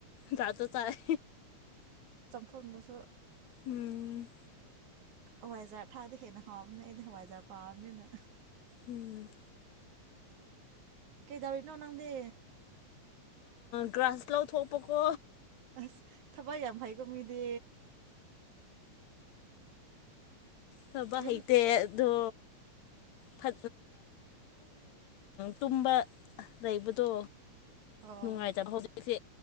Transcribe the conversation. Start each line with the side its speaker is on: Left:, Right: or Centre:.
Left: ꯇꯗꯣ ꯆꯥꯏ
Right: ꯐꯣꯟꯕꯁꯨ
Left: ꯎꯝ
Right: ꯍꯋꯥꯏꯖꯥꯔ ꯊꯥꯗ ꯍꯦꯟꯅ ꯍꯥꯎꯕꯅꯦ ꯑꯩꯗꯤ ꯍꯋꯥꯏꯖꯥꯔ ꯄꯥꯕꯅꯤꯅ
Left: ꯎꯝ
Right: ꯀꯩꯗꯔꯅ ꯎꯅꯥꯪꯗꯤ
Left: ꯒ꯭ꯔꯥꯁ ꯂꯧꯥꯎꯊꯣꯛꯄꯀꯣ
Right: ꯑꯁ ꯊꯕꯏ ꯌꯥꯝ ꯐꯩꯀꯣ ꯃꯤꯗꯤ
Left: ꯁꯕ
Right: ꯌꯨꯝ
Left: ꯍꯥꯏꯩꯇ ꯑꯗꯣ ꯇ ꯇꯨꯝꯕ ꯂꯩꯕꯗꯣ
Right: ꯑꯣ
Left: ꯅꯨꯡꯉꯥꯏꯖꯕ ꯐꯥꯎꯗꯁꯦ